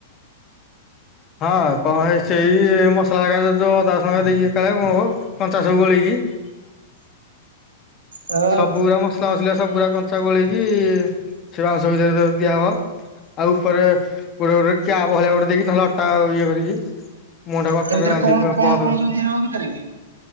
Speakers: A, on the left; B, on the right.
A: ହଁ କଣ ହେ ସେଇ ମସଲା ଯୋଉ ଅଧାଶ ଟଙ୍କା ଦେଇକି <inaudible>
B: ହଁ
A: ସବୁ ଗଡା ମଶଲା ବସଲା ସବ ଗୁଡା କଞ୍ଚା ଗୋଳେଇକି ସେ ମାଉଂସ ଭିତରେ ଦିଆ ହବ ଆଉ ଉପରେ ଗୋଟେ ଗୋଟେ କାୟାବ ଭଳିଆ ଗୋଟେ ଦେଇକି ନହେଲେ ଅଟା ଇଏ କରିକି ମୁହଁଟାକୁ ଅଟାରେ
B: ତା ଭିତରେ
A: ବାନ୍ଧି
B: କଣ କଣ
A: ବନ୍ଦ
B: କଣ ସବୁ ଦିଆହବ ଭିତରେ?